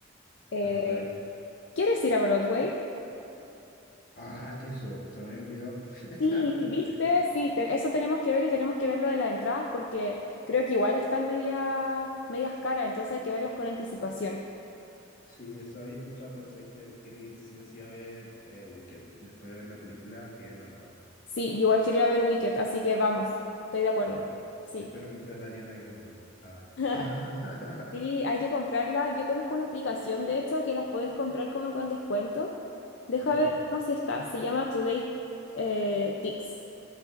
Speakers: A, on the left (about 60°); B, on the left (about 40°).
A: Eh,
B: Anota ahí.
A: ¿quieres ir a Broadway?
B: Ah, eso, se me había olvidado <laughs>
A: Sí,
B: completamente.
A: viste, sí, te- eso tenemos que ver y tenemos que ver lo de las entradas porque creo que igual están medias, medias caras, entonces hay que verlas con anticipación.
B: Sí, eso había escuchado, pero sabes que quiero ir sí o sí a ver eh, Wicked. Después de ver la película, quedé enamorado.
A: Sí, yo igual quiero ir a ver Wicked, así que vamos, estoy de acuerdo.
B: Ya.
A: Sí.
B: Espero que sea la Ariana Grande. Ah.
A: <laughs>
B: <laughs>
A: Sí, hay que comprarla. Yo conozco una aplicación de esto que las puedes comprar como con descuento. Deja
B: Ya,
A: ver
B: pues.
A: cómo si está. Se llama Today eh, Tix.